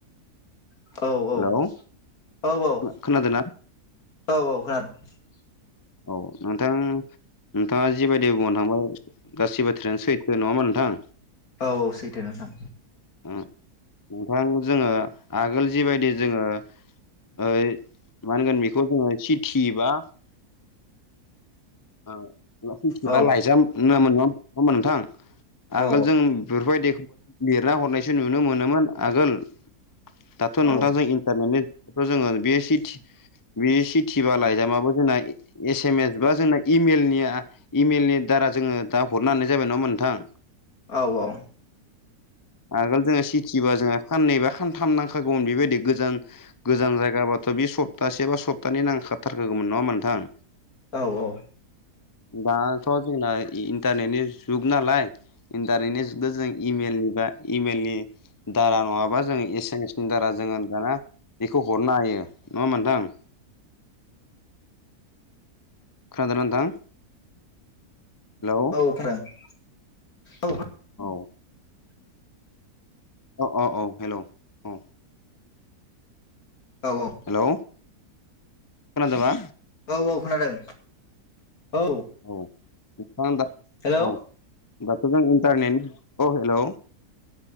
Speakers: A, on the left; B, on the left.
A: औ
B: हेलौ
A: औ औ औ
B: खोनादोंना
A: औ औ खोनादो।
B: औ नोंथां नोंथाङा जिबायदि बुंना थांबाय गासिबो बाथ्रायानो सैथो नङा ओमबा नोंथां?
A: औ औ सैथो नोंथां।
B: उम नोंथां जोङो आगोल जिबायदि जोङो ओ मा होनगोन बेखौ जोङो सिटि एबा ओ बा‌ सिथि
A: औ
B: बा लाइजाम होनोमोन ना <unintelligible> नङा ओमबा नोंथां? आगोल
A: औ
B: जों बेफोरबायदिखौबो लिरना हरनायसो नुनो मोनोमोन आगोल थ' नोंथांजों
A: औ
B: इन्टनेटनि थ' जोङो बे सिटि बे सिटि बा लाइजामाबो जोंना एस एम एस बा जेने इमेलनिया इमेलनि दारा जोङो दा हरनो हानाय जाबाय नङा नोंथां?
A: औ औ
B: आगोल जोङो सिटिबा जोङो खाननैबा खानथाम नांखागौमोन बेबायदि गोजान गोजान जायगाबाथ' बे सप्तासे बा सप्तानै नांखाथारखोगोमोन नङा ओनबा नोंथां?
A: औ औ
B: दाथ' जोंना इन्टारनेटनि जुग नालाय इन्टारनेटनि जुगदो जों इमेल नि बा इमेल नि दारा नङाबा जों एसेमेसनि नि दारा जोङो दाना बेखौ हरनो हायो नङा ओमबा नोंथां? खोनादो ना नोंथां हेलौ
A: औ खोनादों औ
B: औ अ अ औ हेलौ औ
A: औ औ
B: हेलौ खोनादोबा
A: औ औ खोनादों। औ
B: औ नोंथाङा दा
A: हेलौ
B: औ होनबाथ' जों इन्टारनेट औ हेलौ